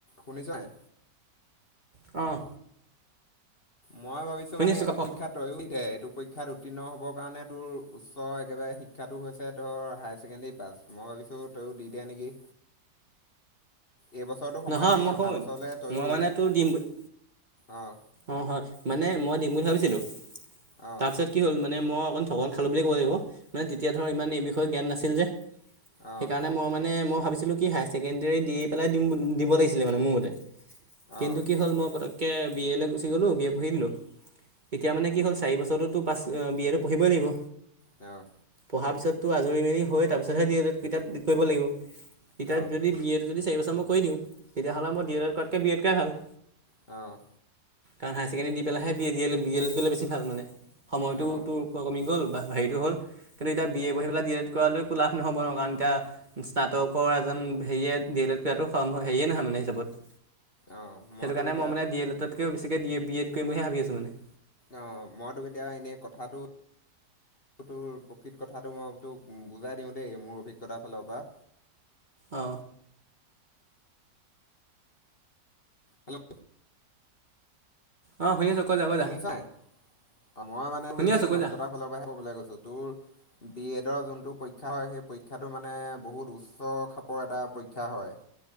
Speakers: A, on the left (about 35°); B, on the right (about 30°).
A: শুনিছ নাই?
B: অঁ!
A: মই ভাবিছোঁ
B: শুনি
A: মানে
B: আছোঁ
A: এইটো
B: ক ক
A: পৰীক্ষাত- তয়ো দে এইটো পৰীক্ষাত উত্তীৰ্ণ হ'বৰ কাৰণে তোৰ উচ্চ একেবাৰে শিক্ষাটো হৈছে ধৰ- হায়াৰ ছেকেডৰী পাছ মই ভাবিছোঁ তয়ো দি দিয়া নেকি? এইবছটো সময়
B: নহয়
A: নায়েই
B: মই
A: অহা
B: শুন
A: বছৰলৈ তয়ো
B: মই মানে তোৰ দিম বুলি
A: অঁ।
B: অঁ হয়ঁ মানে মই দিম বুলি ভাবিছিলোঁ
A: অঁ
B: তাৰপিছত- কি হ'ল মানে মই অকণ ঠকন খালো বুলিয় কব লাগিব মে তেতিয়া ধৰ ইমান এই বিষয়ে জ্ঞান নাছিল যে।
A: অঁ
B: সেইকাৰণে মই মানে মই ভাবিছিলোঁ - কি হায়াৰ ছেকেণ্ডেৰী দি পেলাই দিম দিব লাগিছিলে মানে মোৰ মতে কিন্তু
A: অঁ
B: কি হ'ল মই পটককে- বি এ লৈ গুচি গ'লোঁ বি এ পঢ়ি দিলোঁ এতিয়া মানে কি হ'ল চাৰি বছৰততো পাছ বি এটো পঢ়িবই লাগিব।
A: অঁ!
B: পঢ়াৰ পিছতো আজৰি মেলি হৈ তাৰপিছতহে দিএ লেতটো কিতাপ কৰিব লাগিব। এতিয়াটো
A: অঁ
B: যদি বি এড যদি চাৰি বছৰ মই কৰি দিওঁ তেতিয়াহ'লে মই ডি এডত তাতকৈ বি এড কৰাই ভাল।
A: অ
B: কাৰণ হায়াৰ ছেকেডৰী দি পেলাইহে B A D A B L Ed কৰিলে বেছি ভাল মানে সময়টো
A: অঁ
B: তোৰ কমি গ'ল বা হেৰিটো হ'ল কিন্তু এতিয়া বি এ পঢ়ি পেলাই ডি এল এড কৰালৈ একো লাভ নহ'ব ন কাৰণ এতিয়া স্নাতকৰ এজন হেৰিয়ে ডি এ লেট কৰাতো হেৰিয়ে নহয় মানে হিচাপত
A: অঁ
B: সেইটো
A: তোক
B: কাৰণে
A: এতিয়া
B: মই মানে ডি এডতকও বেছিকে ড বি এড কৰিম বুলিহে ভাবি আছো মানে।
A: অ মই তোক এতিয়া এনে কথাটো তোৰ প্ৰকৃত কথাটো মই তোক বুজাই দিওঁ দেই মোৰ অভিজ্ঞতাৰ ফালৰ পৰা
B: অ
A: হেল্ল'
B: অ শুনি আছো কৈ কৈ যা
A: শুনিছাই
B: যা
A: মই মানে তোক
B: শুনি
A: এইখিনি
B: আছোঁ কৈ
A: অভিজ্ঞতাৰ
B: যা
A: ফালৰ পৰাহে কব গৈছো তোৰ বি এডৰ যোনটো পৰীক্ষা হয় সেই পৰীক্ষাটো মানে বহুত উচ্চ খাপৰ এটা পৰীক্ষা হয়।